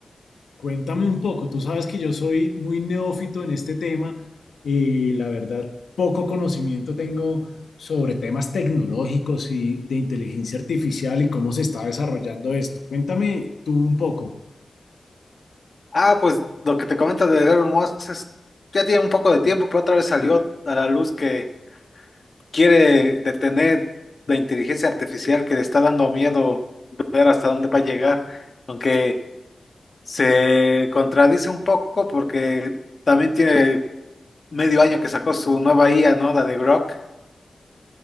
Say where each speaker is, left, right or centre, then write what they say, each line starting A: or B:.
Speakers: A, on the left (about 85°); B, on the left (about 40°).
A: Cuéntame un poco, tú sabes que yo soy muy neófito en este tema y la verdad poco conocimiento tengo sobre temas tecnológicos y de inteligencia artificial y cómo se está desarrollando esto. Cuéntame tú un poco.
B: Ah, pues lo que te comento de Elon Musk es, ya tiene un poco de tiempo, pero otra vez salió a la luz que quiere detener la inteligencia artificial que le está dando miedo ver hasta dónde va a llegar, aunque se contradice un poco porque también tiene medio año que sacó su nueva IA, ¿no? La de Grok.